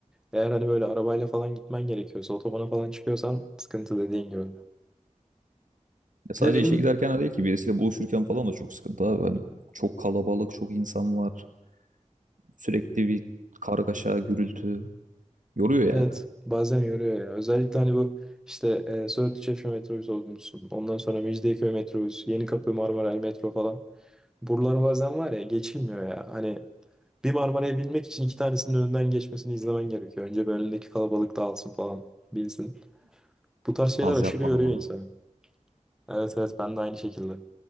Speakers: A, in the centre; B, on the right.
A: eğer hani böyle arabayla falan gitmen gerekiyorsa otobana falan çıkıyorsan sıkıntı dediğin gibi.
B: Ya sadece
A: Bir de benim
B: işe giderken de değil ki birisiyle buluşurken falan da çok sıkıntı abi. Hani çok kalabalık, çok insan var. Sürekli bir kargaşa, gürültü. Yoruyor
A: evet
B: yani.
A: bazen yoruyor ya özellikle hani bu işte e, Söğütlü Çeşme metrobüsü olmuşsun ondan sonra Mecidiyeköy metrobüsü Yenikapı Marmaray metro falan buralar bazen var ya geçilmiyor ya hani bir Marmara'ya binmek için iki tanesinin önünden geçmesini izlemen gerekiyor. Önce bir önündeki kalabalık dağılsın falan bilsin. Bu tarz
B: <laughs>
A: şeyler
B: Az
A: aşırı
B: yapmadım
A: yoruyor
B: ona.
A: insanı. Evet evet ben de aynı şekilde.